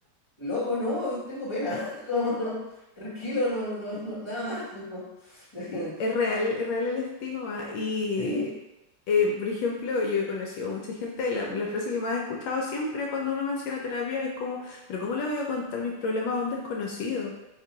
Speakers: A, on the left; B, on the left.
A: Loco, no, tengo pena. <laughs> Como no, tranquilo, no, no, no, nada más. como- <laughs>
B: Sí, es real, es real el estigma. Y,
A: Sí,
B: eh, por ejemplo, yo he conocido mucha gente, la, la frase que más he escuchado siempre cuando uno menciona terapia es como, pero ¿cómo le voy a contar mis problemas a un desconocido?